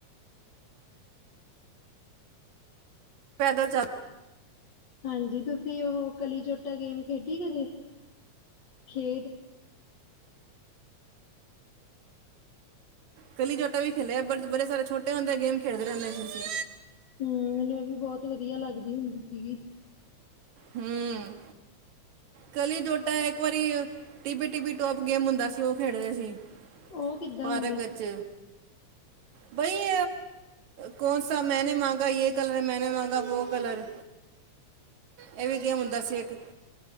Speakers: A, on the right (about 75°); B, on the left (about 40°).
A: ਪੈਦਲ ਚੱਲ
B: ਹਾਂਜੀ ਤੁਸੀਂ ਉਹ ਕਲੀ ਚੋਟਾ ਗੇਮ ਖੇਡੀ ਕਦੇ ਖੇਡ
A: ਕਲੀ ਜੋਟਾ ਵੀ ਖੇਲਿਆ ਬ ਬੜੇ ਸਾਰੇ ਛੋਟੇ ਹੁੰਦੇ ਗੇਮ ਖੇਡਦੇ ਰਹਿੰਦੇ ਸੀ ਅਸੀਂ
B: ਹੂੰ ਮੈਨੂੰ ਉਹ ਵੀ ਬਹੁਤ ਵਧੀਆ ਲੱਗਦੀ ਹੁੰਦੀ ਸੀਗੀ
A: ਹੂੰ, ਕਲੀ ਜੋਟਾ ਇੱਕ ਵਾਰੀ ਟਿਬੀ ਟਿਬੀ ਟੋਪ ਗੇਮ ਹੁੰਦਾ ਸੀ ਉਹ ਖੇਡਦੇ ਸੀ
B: ਉਹ ਕਿੱਦਾਂ
A: ਪਾਰਕ
B: ਹੁੰਦੀ
A: ਵਿੱਚ ਬਈ ਕੌਣਸ ਮੈਂਨ ਮੰਗ ਜੈ ਕਲਰ ਹੈ ਮੈਨੇ ਮਾਂਗਾ ਵੋ ਕਲਰ ਇਹ ਵੀ ਗੇਮ ਹੁੰਦਾ ਸੀ ਇੱਕ